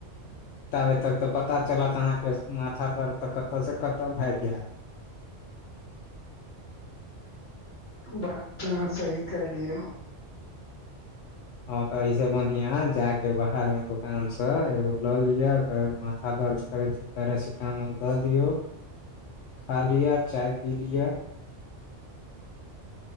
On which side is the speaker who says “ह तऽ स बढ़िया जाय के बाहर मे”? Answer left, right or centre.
Left